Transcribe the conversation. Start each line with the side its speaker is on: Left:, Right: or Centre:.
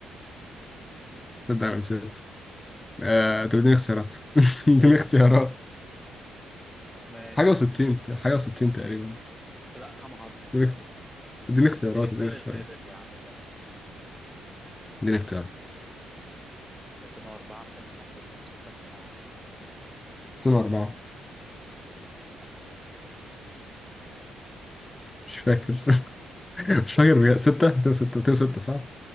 Left: تبدأ من ست آه، طب اديني اختيارات <laughs> اديني اختيارات
Centre: ماشي
Left: حاجة وستين حاجة وستين تقريبا
Centre: لا كم عظمة
Left: اديني اديني اختيارات
Centre: في الإنسان
Left: اديني
Centre: البالغ
Left: اختيارات
Centre: يا عم كمان
Left: اديني اختيارات
Centre: 204 205 206 210
Left: 2004
Centre: لا
Left: مش فاكر <laughs> مش فاكر
Centre: 206
Left: بجد. ستة 2006 2006 صح؟